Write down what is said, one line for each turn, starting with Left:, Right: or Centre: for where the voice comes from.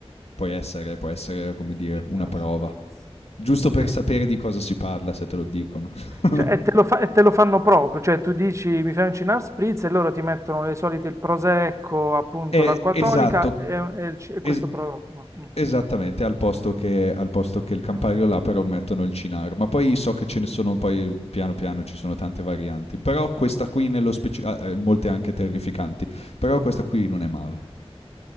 Left: Può essere, può essere, come dire,
Right: Cinar
Left: una prova.
Right: Spritz.
Left: Giusto
Right: Ok.
Left: per sapere di cosa si parla, se te lo dicono. <laughs>
Right: Cioè, e te lo fa- e te lo fanno proprio, cioè tu dici mi fai un Cynar Spritz e loro ti mettono le solite, il prosecco, appunto
Left: Eh,
Right: l'acqua
Left: esatto,
Right: tonica e, e il ci- e
Left: es-
Right: questo prodotto qua. Mm,
Left: esattamente, al posto, che, al posto che il Campari
Right: Cynar Spritz.
Left: là però mettono il Cinaro. Ma poi so che ce ne sono, poi piano piano ci sono tante varianti. Però questa qui nello specifico, ah, eh, molte anche terrificanti. Però questa qui non è male.